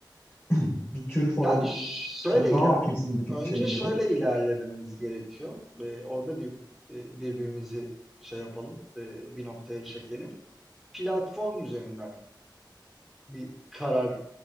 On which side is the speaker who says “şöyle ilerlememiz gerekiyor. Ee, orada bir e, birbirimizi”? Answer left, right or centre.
Centre